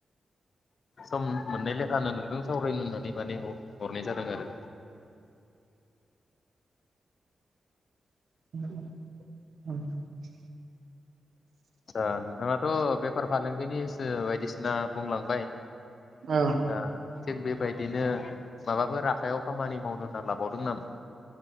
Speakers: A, on the left; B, on the right.
A: सम मोननाय लेखानो नोंजों सावरायनो होननानै माने ह-हरनाय जादों आरो।
B: <unintelligible>
A: अआतसा नोंथाङाथ' बेेफार फालांगिनिस सो बायदिसिना बुंलांबाय।
B: ओ औ
A: आ थिग बेबायदिनो माबाफोर आखायाव खामानि मावनो होनना लाबावदों नामा?